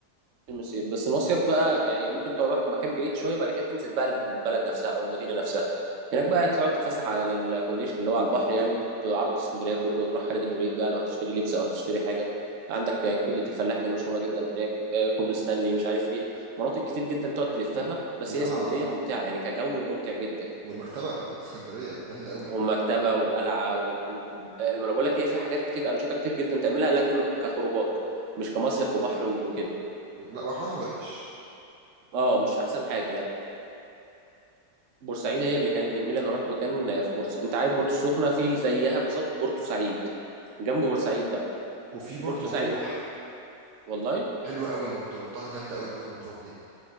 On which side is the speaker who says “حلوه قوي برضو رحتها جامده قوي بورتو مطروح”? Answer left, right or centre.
Right